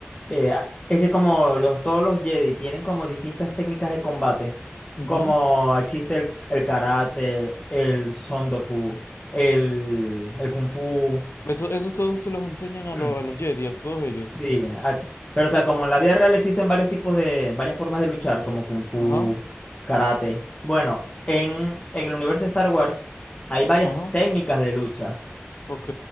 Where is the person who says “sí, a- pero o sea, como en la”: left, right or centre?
Left